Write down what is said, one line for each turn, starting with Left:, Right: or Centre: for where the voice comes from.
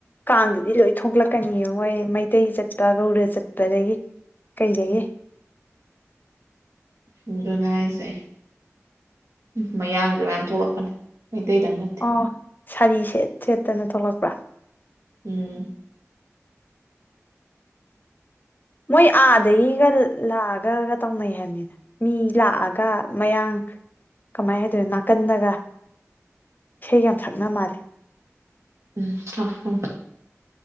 Left: ꯀꯥꯡꯗꯗꯤ ꯂꯣꯏ ꯊꯣꯛꯂꯛꯀꯅꯤ ꯃꯣꯏ ꯃꯩꯇꯩ ꯆꯠ ꯇꯥꯒꯧꯗ ꯆꯠꯄꯗꯒꯤ ꯀꯩꯗꯒꯤ
Right: ꯑꯗꯨꯅꯤ ꯍꯥꯏꯁꯦ ꯎ ꯃꯌꯥꯡꯁꯨ ꯃꯌꯥꯝ ꯊꯣꯛꯂꯛꯄꯅꯤ ꯃꯩꯇꯩꯗꯪ ꯅꯠꯇꯦ
Left: ꯑꯣ ꯁꯥꯔꯤ ꯁꯦꯠ ꯁꯦꯠꯇꯅ ꯊꯣꯛꯂꯛꯄ꯭ꯔꯥ
Right: ꯎꯝ
Left: ꯃꯣꯏ ꯑꯥꯗꯒꯤꯒ ꯂꯥꯛꯑꯒꯒ ꯇꯧꯅꯩ ꯍꯥꯏꯕꯅꯤꯅ ꯃꯤ ꯂꯥꯛꯑꯒ ꯃꯌꯥꯡ ꯀꯃꯥꯏ ꯍꯥꯏꯗꯣꯏꯅꯣ ꯅꯥꯀꯟꯗꯒ ꯏꯁꯩꯒ ꯌꯥꯝ ꯁꯛꯅ ꯃꯥꯜꯂꯦ
Right: ꯎꯝ ꯁꯛꯄꯅꯤ